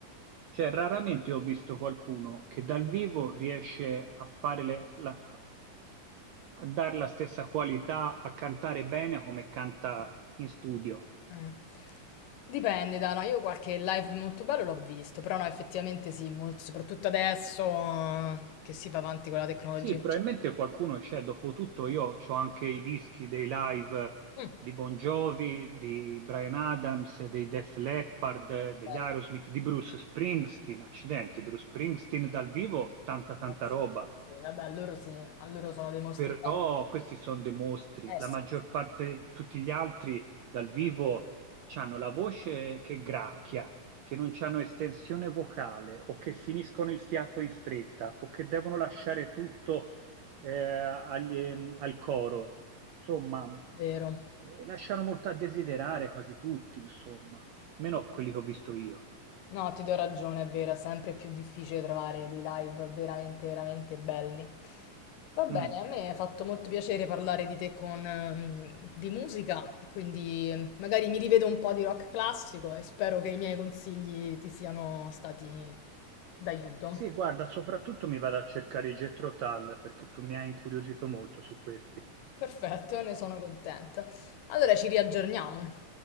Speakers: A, on the right; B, on the left.
A: Cioè, raramente ho visto qualcuno che dal vivo riesce a fare le- la, a dare la stessa qualità, a cantare bene come canta in studio.
B: Mm. Dipende, da no, io qualche live molto bello l'ho visto, però no, effettivamente sì, molti, soprattutto adesso eh, che si va avanti con la tecnologia,
A: Sì,
B: eccetera.
A: probabilmente qualcuno c'è, dopotutto io
B: Eh,
A: ho anche i dischi dei live
B: mm,
A: di Bon Jovi, di Brian Adams, dei Def Leppard, degli
B: bello,
A: Aerosmith, di Bruce Springsteen, accidenti, Bruce Springsteen dal vivo, tanta tanta
B: grazie.
A: roba.
B: Sì, vabbè, loro sì, a loro sono dei mostri.
A: Però
B: veri.
A: questi sono dei mostri,
B: Eh
A: la
B: sì,
A: maggior parte, tutti gli altri dal vivo hanno la voce che gracchia, che non hanno estensione vocale o che finiscono il fiato in fretta o che devono lasciare tutto eh, agli- al coro. Insomma,
B: vero.
A: eh, lasciano molto a desiderare quasi tutti, insomma, meno quelli che ho visto io.
B: No, ti do ragione, è vero, è sempre più difficile trovare dei live veramente, veramente belli. Va bene,
A: Mm.
B: a me ha fatto molto piacere parlare di te con, ehm, di musica, quindi eh, magari mi rivedo un po' di rock classico e spero che i miei consigli ti siano stati d'aiuto.
A: Sì, guarda, soprattutto mi vado a cercare i Jethro Tull perché tu mi hai incuriosito molto su questi.
B: Perfetto, ne sono contenta. Allora ci riaggiorniamo.